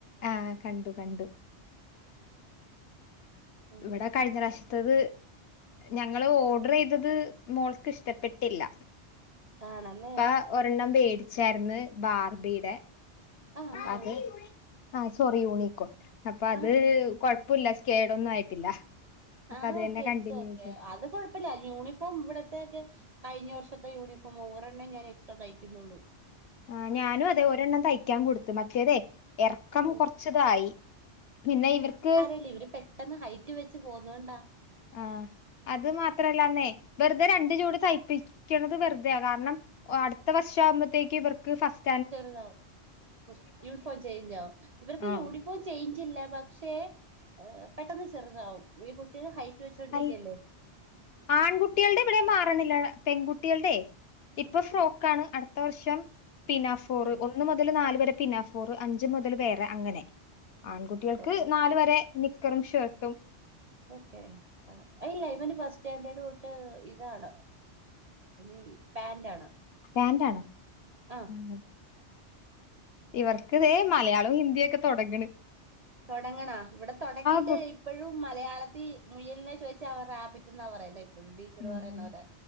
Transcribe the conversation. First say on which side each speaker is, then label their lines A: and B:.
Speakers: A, on the left; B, on the right.
A: ആഹ് കണ്ടു കണ്ടു
B: ആണല്ലേ ഉം
A: ഇവിടെ കഴിഞ്ഞ റാശ് അത് ഞങ്ങള് ഓഡ് റീ തത് മോൾക്ക് ഇഷ്ടപ്പെട്ടില്ല
B: ആണല്ലേ
A: ഇപ്പ ഒരെണ്ണം വേടിച്ചായിര് ന്നു ബാർബിയുടെ
B: ആഹ് ആഹ്
A: അത് ആ ചൊറി യൂണിക്കോൺ അപ്പൊ അത്
B: ആഹ്
A: കൊഴുപ്പല്ല ഒന്നും ആയിട്ടില്ല അപ്പൊ
B: ആഹ
A: അത്
B: ഓക്കെ
A: തന്നെ കണ്ടിന്യൂ
B: ഇറ്റ്സ് ഓക്കെ
A: ചെയ്യ
B: അത് കൊ ഇപ്പല്ല യൂണിഫോം ഇവിടത്തക്കെ കഴിഞ്ഞ വർഷത്തെ യൂണിഫോം ഒരണ്ണം ഞാൻ എക്സ്ട്രാ തയ്യിക്കുന്നൊളൂ
A: ആ ഞാനും അതെ ഒരെണ്ണം തയ്ക്കാൻ കൊടുത്തു മറ്റേതെ ഇറക്കം
B: ആഹ്
A: കുറച്ചതായി പിന്നെ ഇവർക്ക്
B: ഇല്ലിവര് പെ പെട്ടെന്ന് ഹൈറ്റ് വെച്ച് പോകുന്നോണ്ടാ
A: ആഹ് അത് മാത്രല്ലന്നേ വെറുതെ രണ്ട്
B: ഉം
A: ജോടി തയ്പ്പി ക്കുന്നത് വെറുതയ കാരണം അടുത്ത വർഷ ആകുമ്പോഴത്തേക്ക് ഇവർക്ക് ഫസ്
B: ചെറുതാവും മ് യൂണിഫോം ചേഞ്ച് ആകും ഇവർക്ക്
A: ആഹ്
B: യൂണി ഇപ്പോ ചേയിഞ്ചില്ല പക്ഷേ പെട്ടെന്ന് ചെറുതാവും ഈ കുട്ട്യള് ഹൈറ്റ് വെച്ചോണ്ടിരിക്യല്ലേ
A: അൽ ആൺകുട്ടികളുടെ ഇവിടെം മാറണില്ല പെൺകുട്ടികളുടെ ഇപ്പൊ
B: ഉം
A: ഫ്രോക്കാണ്
B: ഉം
A: അടു അടുത്ത വർഷം പിനാഫോറ്
B: ഉം
A: ഒന്ന് മുതൽ നാല് വരെ പിനാഫോറ് അഞ്ച് മുതല് വേറെ അങ്ങനെ ആൺകുട്ടികൾക്ക്
B: പിന്നെ പോര ഓക്കെ
A: നാല് വരെ നിക്കറും ഷേർട്ടും
B: ഓക്കെ ഇല്ല ഇവന് ഫസ് സ്റ്റാൻഡേർഡ് തൊ ട്ട് ഇതാണ് ഈ പാന്റാണ്
A: പാന്റാണാ
B: ആഹ്
A: മ് ഇവർക്ക് ദേ മലയാളവും ഹിന്ദിയെക്കെ തൊടങ്ങണ്
B: തൊടങ്ങണാ ഇവിടെ തൊടങ്ങീട്ട്
A: ബു
B: ഇപ്പോഴും മലയാളത്തി മുയലിനെ ചോദിച്ചാ അവർ റാബിറ്റെന്നാ പറയുന്നേ ഇപ്പോഴ
A: ഉം
B: പറയുന്നോലെ
A: ഉം.